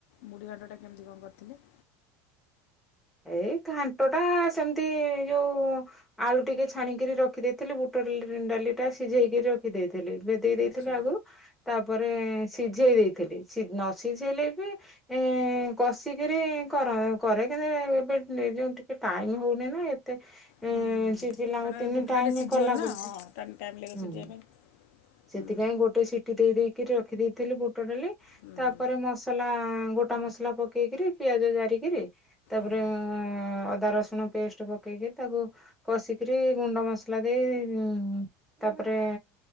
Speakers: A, on the left (about 70°); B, in the centre.
A: ମୁଢି ଘାଣ୍ଟ ଟା କେମିତି କଣ କରିଥିଲେ?
B: ଏଇ ଘାଣ୍ଟ ଟା ସେମିତି ଯୋଉ ଆଳୁ ଟିକେ ଛାଣିକିରି ରଖିଦେଇଥିଲି। ବୁଟ ଡାଲି ଟା ସିଝେଇକି ରଖିଦେଇଥିଲି। ଦେ ଦେଇ ଦେଇଥିଲେ।
A: ଆଚ୍ଛା
B: ଆଗକୁ ତାପରେ ସିଝେଇ ଦେଇ ଥିଲି, ସି ନ ସିଝେଇଲେ ବି ଇଁ, କଷିକିରି କରା, କରେ। ଏ ଏବେ ନିଜକୁ ଟିକେ ଟାଇମ୍ ହଉନି ନା ଏ ତେ ଏ,
A: ହୁଁ ହୁଁ ହୁଁ
B: ସେ ପିଲାଙ୍କୁ
A: କାରଣ
B: ତିନି
A: ବୁଟଟା
B: ଟାଇମ୍
A: ଟିକେ ସିଝିବନି
B: କଲା
A: ନା
B: ବେଳକୁ,
A: ହଁ ଟାଇମ୍ ଟାଇମ୍ ଲାଗିବ
B: ହୁଁ।
A: ସିଝିବା ପାଇଁ
B: ସେଥିପାଇଁ
A: ହୁଁ
B: ଗୋଟେ ସିଟି ଦେଇ ଦେଇ କି ରଖି ଦେଇଥିଲି ବୁଟ ଡାଲି
A: ହୁଁ
B: ତାପରେ
A: ହୁଁ
B: ମସଲା ଗୋଟା ମସ ଲା ପକେଇକିରି ପିଆଜ ଜାରିକିରି ତାପରେ
A: ଓହୋ
B: ଅଁ, ଅ ଅଦା ରସୁଣ ପେଷ୍ଟ ପକେଇକି ତାକୁ କଷିକିରି ଗୁଣ୍ଡ ମସଲା ଦେଇ ଉଁ ତାପ ରେ